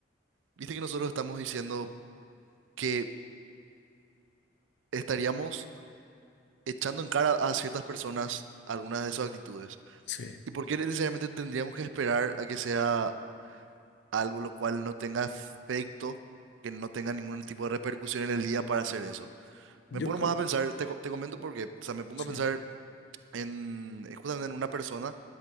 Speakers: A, on the right (about 85°); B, on the left (about 65°).
A: Viste que nosotros estamos diciendo que estaríamos echando en cara a ciertas personas algunas de sus actitudes.
B: Sí,
A: ¿Y por qué necesariamente tendríamos que esperar a que sea algo lo cual no tenga efecto, que no tenga ningún tipo de repercusión en el día para hacer eso?
B: yo
A: Me pongo
B: creo,
A: más a pensar, te, co- te comento por qué. O sea, me pongo
B: sí,
A: a pensar en eh, justamente en una persona